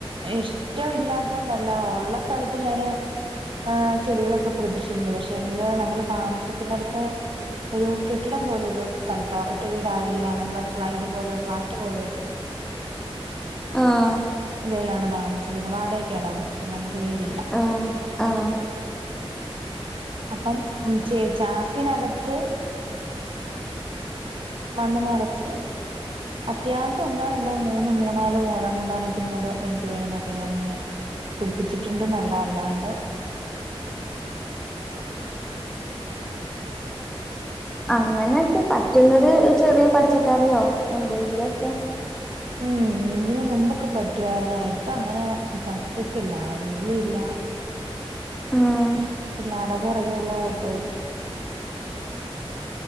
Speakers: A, on the right; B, in the centre.
A: ഇഷ്ട്ടവില്ലാത്തൊണ്ടല്ല ഒള്ള സ്ഥലത്ത് ഞാന് ആഹ് ചെടികളൊക്കെ പിടിപ്പിച്ചിട്ടുണ്ട് പക്ഷെ എങ്കില് നമ്മള് താമസിക്കുന്നടത്ത് ഒരു കെട്ടിടം പോലൊരു സ്ഥലത്താ ഒറ്റ വീടായല്ല നമ്മള് ഫളൈഡു പോലെ ഫ്ളാറ്റ് പോലെരു
B: ആഹ്
A: ഇതേലാണ് താമസിക്കുന്നെ വാടകക്കാ താമസിക്കുന്നെ നമുക്ക് വീടില്ല
B: ആഹ് ആഹ്
A: അപ്പം ഉം ചേ ചാക്കിനകത്ത് മണ്ണ് നറച്ച് അത്യാവശ്യം ഒന്നോ രണ്ടോ മൂന്ന് മൂന്നാല് മൂട മൂന്നാലഞ്ച് മൂട് എനിക്ക് വേണനോക്കെ ഞാനിങ്ങനെ പിടിപ്പിച്ചിട്ടുണ്ട്ന്നൊള്ളതല്ലാണ്ട്
B: അങ്ങനെക്കെ പറ്റുന്നത് ചെറിയ പച്ചക്കറിയോ എന്തേങ്കിലുവൊക്കെ
A: ഉം ഇതിന് മുമ്പൊക്കെ പറ്റുവായിരുന്ന് ഇപ്പ അങ്ങനെ പറ്റത്തില്ല ആരോഗ്യവും ഇല്ല
B: ആഹ്
A: പിള്ളാര പൊറകെയുള്ള ഓട്ടവും